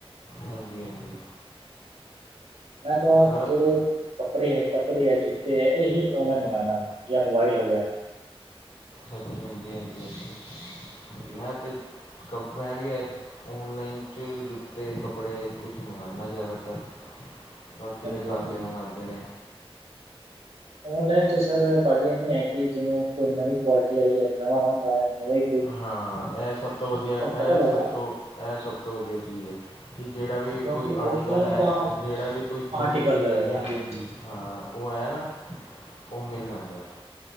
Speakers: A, on the left (about 85°); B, on the right (about 80°).
A: ਹਾਂਜੀ-। ਹਾਂਜੀ
B: ਮੈਂ ਤਾਂ
A: ਸਰ
B: ਜਿਹੜੇ ਕੱਪੜੇ ਹੈ ਕੱਪੜੇ ਹੈ ਜੁੱਤੇ ਹੈ ਇਹੀ ਔਨਲਾਈਨ ਮੰਗਵਾਉਂਦਾ ਹ ਜਾਂ ਮੋਬਾਈਲ ਹੋ ਗਿਆ
A: ਹਾਂਜੀ -ਹਾਂਜੀ -ਹਾਂਜੀ
B: ਜੀ,
A: ਮੈਂ ਤੇ। ਮੈਂ ਵੀ, ਔਨਲਾਈਨ 'ਚ ਜੁੱਤੇ, ਕੱਪੜੇ ਕੁਛ ਮੰਗਉਂਦਾ ਜ਼ਿਆਦਾਤਰ।
B: <inaudible>
A: ਬਾਕੀ
B: ਹਾਂਜੀ-ਹਾਂਜੀ।
A: ਤਾਂ, ਘਰ ਦੇ ਮੰਗਵਾਉਂਦੇ ਨੇ।
B: ਔਨਲਾਈਨ ਚ, ਸਰ, ਭਾਜੀ ਇਵੇਂ ਹੈ ਕਿ, ਜਿਵੇਂ ਕੋਈ ਨਵੀਂ ਕੁਆਲਿਟੀ ਆਈ ਹੈ ਨਵਾਂ ਰੰਗ ਆਇਆ ਨਵੀ
A: ਹਾਂ ਇਹ ਸਭ ਤੋਂ ਵਧੀਆ ਇਹ
B: ਪਤਾ ਲੱਗਦਾ
A: ਸਭ ਤੋਂ ਇਹ ਸਭ ਤੋਂ ਵਧੀਆ ਚੀਜ਼ ਹੈ। ਕਿ ਜਿਹੜਾ ਵੀ
B: ਕਿਉਂਕਿ
A: ਕੋਈ ਆਰਟੀਕਲ
B: ਔਫਲਾਈਨ
A: ਹੈ,
B: ਤਾਂ
A: ਜਿਹੜਾ ਵੀ ਕੋਈ ਨਵੀਂ
B: ਆਰਟੀਕਲ
A: ਚੀਜ਼ ਆਈ ਹੈ।
B: ਹਾਂਜੀ-ਹਾਂਜੀ
A: ਹਾਂ ਉਹ ਹੈ ਨਾ ਉਹ ਮਿਲ ਜਾਂਦਾ